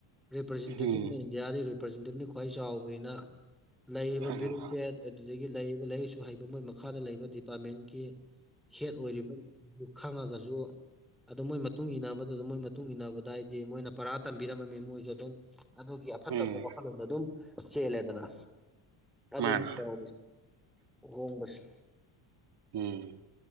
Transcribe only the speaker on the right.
ꯎꯝ
ꯎꯝ
ꯎꯝ
ꯃꯥꯅꯦ
ꯎꯝ